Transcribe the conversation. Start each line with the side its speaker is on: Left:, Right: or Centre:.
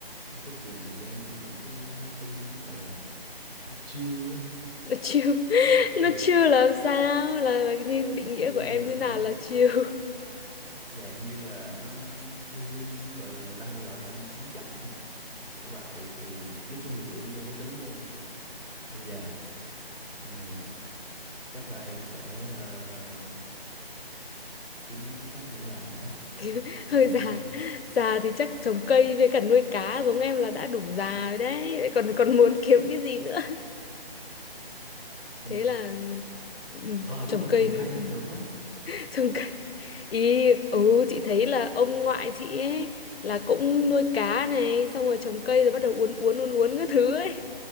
Right: em thích dành thời gian cho những cái hobby nó gọi là nó chill á
Left: là chill <laughs>
Right: kiểu
Left: nó chill là làm sao là là như định nghĩa
Right: kiểu
Left: của em
Right: như là
Left: như nào
Right: nó
Left: là chill
Right: dạng như là nó nó healing nó gọi là người ta hay gọi là cái gì sống chậm á kiểu vậy thì nói chung là kiểu do cái tính của em là hơi già nên là chắc là em sẽ ờ, kiếm mấy cái khác để làm quá chắc
Left: <laughs>
Right: là kiểu
Left: hơi già già thì chắc trồng
Right: ờ,
Left: cây với cả nuôi cá giống em là đã đủ già rồi đấy lại còn còn muốn kiếm cái gì nữa <laughs>
Right: ừ.
Left: thế là ừ,
Right: ờ đúng
Left: trồng
Right: rồi
Left: cây
Right: trồng
Left: nuôi
Right: cây được
Left: <laughs>
Right: á
Left: trồng cây ý ừ chị thấy là ông ngoại chị ấy là cũng nuôi cá này xong rồi trồng cây rồi bắt đầu uốn uốn uốn uốn các thứ ấy